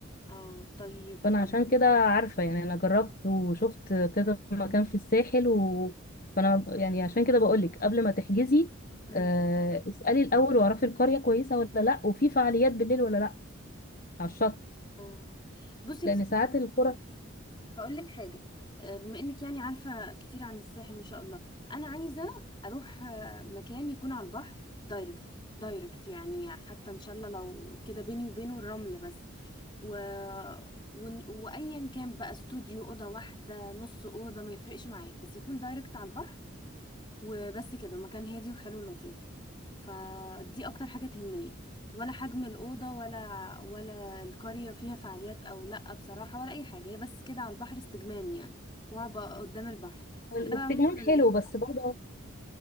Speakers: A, on the left; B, on the left.
A: اه طيب
B: فانا
A: حلو
B: عشان كده عارفه يعني انا جربت وشفت كذا مكان في الساحل و... فانا ب- يعني عشان كده بقولك قبل ما تحجزي
A: امم
B: آه، اسألي الأول واعرفي القرية كويسة ولا لأ وفي فعاليات بالليل ولا لأ على الشط
A: اه بصي
B: لأن
A: بصراحة
B: ساعات القرى
A: هقول لك حاجة آه، بما انك يعني عارفة كتير عن الساحل ما شاء الله انا عايزة اروح آه، مكان يكون على البحر دايركت دايركت يعني حتى ان شاء الله لو كده بيني وبينه الرمل بس و... ون... وايا كان بقى استوديو اوضة واحدة نص اوضة ما يفرقش معايا بس يكون دايركت على البحر وبس كده مكان هادي وحلو لطيف فدي اكتر حاجة تهمني ولا حجم الأوضة ولا ولا القرية فيها فعاليات أو لأ بصراحة ولا أي حاجة هي بس كده على البحر استجمام يعني وأبقى قدام البحر ده
B: الاستجمام
A: بقى ممكن ألاقيه
B: حلو بس
A: <laughs>
B: برضه